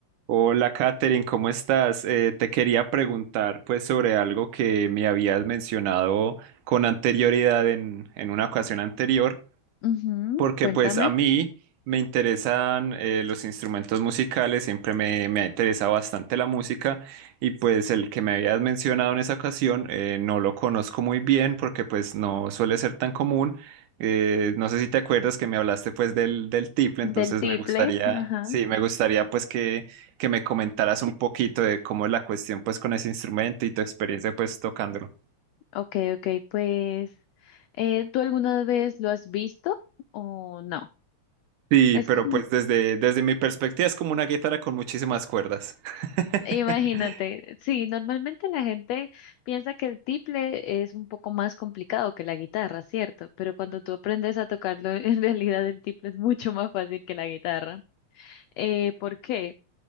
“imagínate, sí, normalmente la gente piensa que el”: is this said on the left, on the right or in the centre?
Left